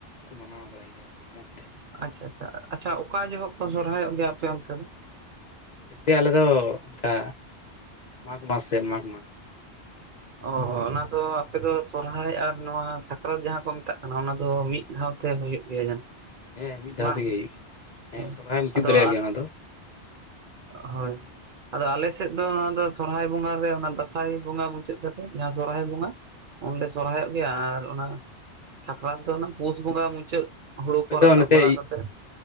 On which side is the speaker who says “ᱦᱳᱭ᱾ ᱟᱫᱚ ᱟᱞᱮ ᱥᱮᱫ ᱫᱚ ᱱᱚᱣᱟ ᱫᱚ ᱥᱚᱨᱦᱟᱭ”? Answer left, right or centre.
Right